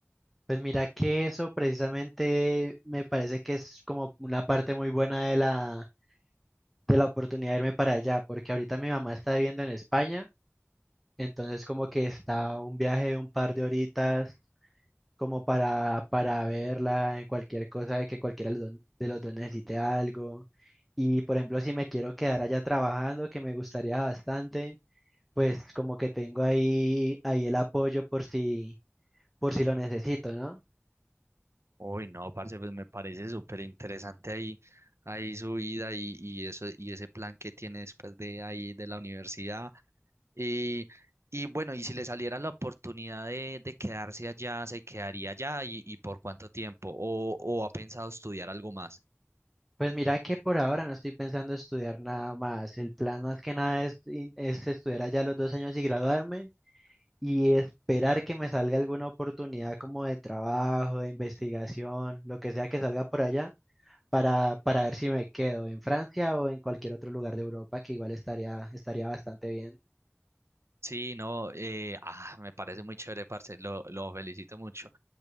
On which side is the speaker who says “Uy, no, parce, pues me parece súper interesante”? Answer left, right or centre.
Right